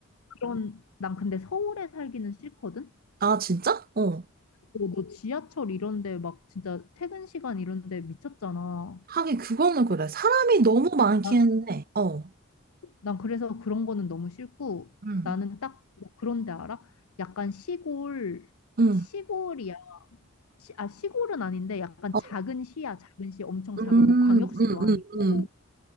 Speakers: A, on the left (about 80°); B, on the right (about 45°).
A: 그런, 난 근데 서울에 살기는 싫거든?
B: 아, 진짜? 어.
A: 어, 너 지하철 이런데 막 진짜 퇴근 시간 이런데 미쳤잖아.
B: 하긴 그거는 그래. 사람이 너무 많기는
A: 나,
B: 해. 어.
A: 난 그래서 그런 거는 너무 싫고
B: 응
A: 나는 딱뭐 그런 데 알아? 약간 시골
B: 응.
A: 시골이야. 시, 아 시골은 아닌데 약간
B: 어,
A: 작은 시야. 작은 시 엄청 작은
B: 음,
A: 뭐 광역시도
B: 음,
A: 아니고
B: 음, 음.